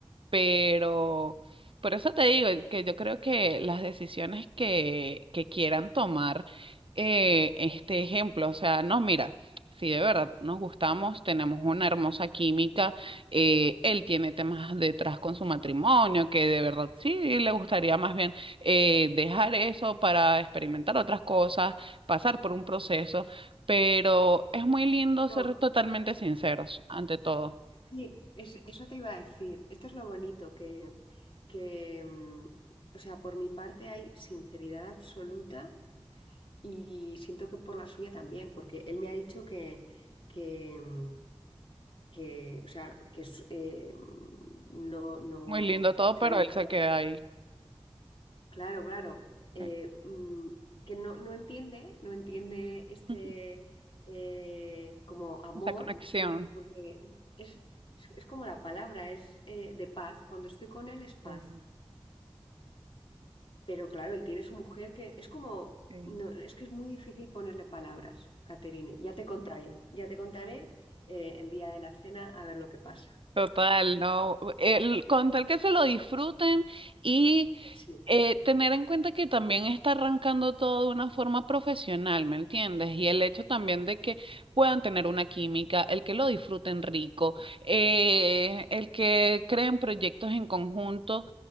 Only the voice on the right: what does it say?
pero por eso te digo que yo creo que las decisiones que, que quieran tomar eh, este ejemplo, o sea, no, mira, si de verdad nos gustamos, tenemos una hermosa química, eh, él tiene temas detrás con su matrimonio, que de verdad sí le gustaría más bien eh, dejar eso para experimentar otras cosas, pasar por un proceso, pero es muy lindo ser
totalmente sinceros ante todo.
Muy lindo
todo,
pero
él se
queda ahí.
eh,
<laughs>
Esa conexión.
Sí,
sí.
Total, no. El, con tal que se lo disfruten y
eh, tener en cuenta que también está arrancando todo de una forma profesional, ¿me entiendes? Y el hecho también de que puedan tener una química, el que lo disfruten rico, eh, el que creen proyectos en conjunto.